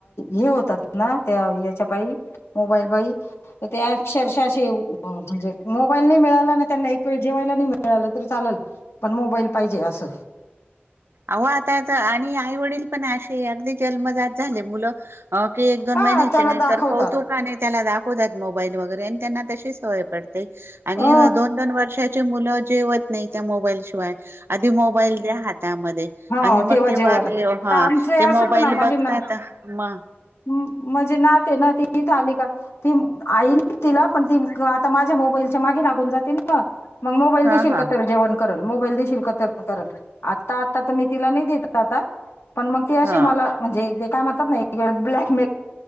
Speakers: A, on the left; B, on the right.
A: हे होतात ना त्या याच्या पाई मोबाईल पाई अक्षरशा अशे म्हणजे मोबाईल नाही मिळाला ना त्यांना एक वेळ जेवायला नाही मिळालं तर री चालेल पण मोबाईल पाहिजे असं
B: आवो आता आणि आई वडील पण असे अगदी जन्म <unintelligible> झाले मुलं अ की एक दोन
A: हा
B: महिन्याचे
A: त्याला
B: नाही
A: दाखवतात
B: तर कौतुक नाही त्याला दाखवतात मोबाईल वगैरे त्यांना तशी सवय पडते आणि
A: अ
B: दोन दोन वर्षाची मुल जेवत नाही त्या मोबाईल शिवाय आधी मोबाईल द्या हात त्यामध्ये
A: हो
B: आणि
A: तेव्हा
B: मग ते
A: जेवण
B: <unintelligible> हा
A: आमचं
B: ते
A: असंच
B: मोबाईल बघतात
A: ना
B: मग
A: म्हणजे ना माझी नात ए ना ती इथं आली का ती आई तिला पण ती आता माझ्या मोबाईल मागे लागून जात ना मग मोबाईल
B: हा
A: देशिल का
B: हा
A: मग का जेवण करल मोबाईल देशील का <unintelligible> आत्ता आता तर मी तिला नाही देत आता. पण मग ती अशी
B: हा.
A: मला म्हणजे ते काय म्हणतात ना ब्लॅक